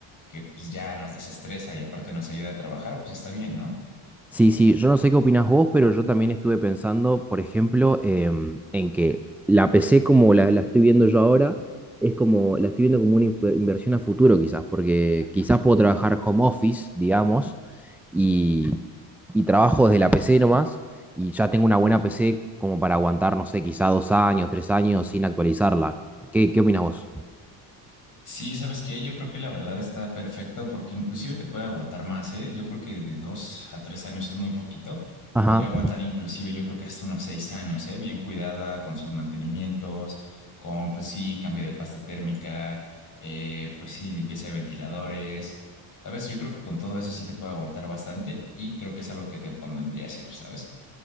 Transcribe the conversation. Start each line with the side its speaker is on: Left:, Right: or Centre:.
Left: que pues ya nos desestresa y aparte nos ayuda a trabajar, pues está bien, ¿no?
Centre: Sí, sí, yo no sé qué opinas vos, pero yo también estuve pensando, por ejemplo, em, en que la PC como la, la estoy viendo yo ahora, es como, la estoy viendo como una inf- inversión a futuro quizás, porque quizás puedo trabajar home office, digamos, y, y trabajo desde la PC nomás, y ya tengo una buena PC como para aguantar, no sé, quizás dos años, tres años sin actualizarla. ¿Qué, qué opinas vos?
Left: Sí, ¿sabes qué? Yo creo que la verdad está perfecto porque inclusive te puede aguantar más, ¿eh? Yo creo que de dos a tres años es muy poquito. Te
Centre: Ajá.
Left: podría aguantar inclusive yo creo que hasta unos seis años, ¿eh? Bien cuidada con sus mantenimientos, con pues sí, cambio de pasta térmica, eh, pues sí, limpieza de ventiladores, ¿sabes? Yo creo que con todo eso sí te puede aguantar bastante y creo que es algo que te convendría hacer, ¿sabes?